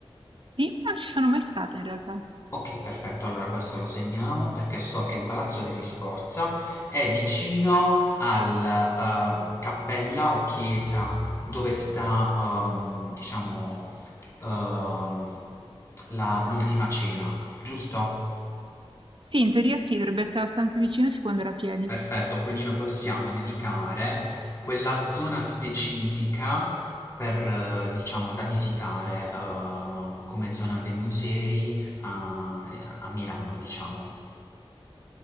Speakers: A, on the right (about 55°); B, on the left (about 30°).
A: Sì, non ci sono mai stata in realtà.
B: Ok, perfetto, allora questo lo segniamo perché so che il Palazzo degli Sforza è vicino al eh, cappella o chiesa dove sta, ehm, diciamo, ehm, la- l'ultima cena, giusto?
A: Sì, in teoria sì, dovrebbe essere abbastanza vicino, si può andare a piedi.
B: Perfetto, quindi noi possiamo dedicare quella zona specifica per, eh, diciamo, da visitare eh, come zona dei musei a, a Milano, diciamo.